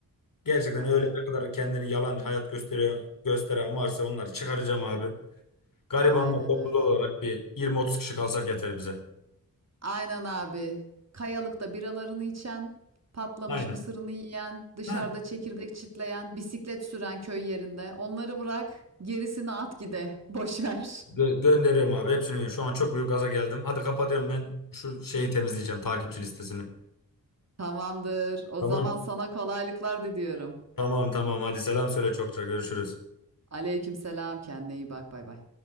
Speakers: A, on the left; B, on the right.
A: Gerçekten
B: Aynen.
A: öyle ne kadar kendini yalan hayat gösteriyor, gösteren varsa onları çıkaracağım abi. Garibanla
B: Aynen
A: topluluğu
B: öyle.
A: olarak bir 20-30 kişi kalsak yeter bize.
B: Aynen abi. Kayalıkta biralarını içen, patlamış
A: Aynen.
B: mısırını yiyen, dışarıda
A: Heh.
B: çekirdek çitleyen, bisiklet süren köy yerinde. Onları bırak, gerisini at gide. Boş ver.
A: Gö- gönderiyorum abi hepsini. gönderiyorum. Şu an çok büyük gaza geldim. Hadi kapatıyorum ben şu şeyi temizleyeceğim takipçi listesini.
B: <laughs> Tamamdır. O
A: Tamam.
B: zaman sana kolaylıklar diliyorum.
A: Tamam tamam hadi selam söyle çokça görüşürüz.
B: Aleykümselam. Kendine iyi bak. Bay bay.